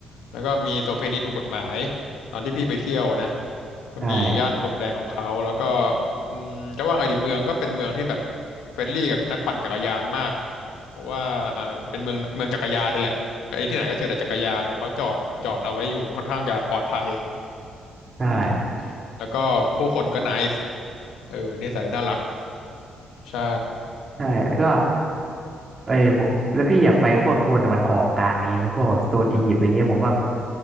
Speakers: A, on the left (about 85°); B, on the right (about 35°).
A: แล้วก็มีโสเภณีถูกกฎหมายตอนที่พี่ไปเที่ยวนะก็มีย่านโคมแดงของเขาแล้วก็
B: ใช่
A: อืมจะว่าไงดีเมืองก็เป็นเมืองที่แบบเฟรนลี่กับนักปั่นจักรยานมากเพราะว่าอ่าเป็นเมืองเมืองจักรยานเลยแหละไปที่ไหนก็เจอแต่จักรยานแบบเขาจอดจอดเอาไว้อยู่ค่อนข้างจะปลอดภัย
B: ใช่
A: อืมแล้วก็ผู้คนก็ n น c e เออนิสัยน่ารักใช่
B: ใช่แล้วก็ไอ้ยผมแล้วพี่อยากไปพวกโซนตะวันออกกลางอะไรเงี้ยไหมพวกแบบโซนอียิปต์อะไรเงี้ยผมว่า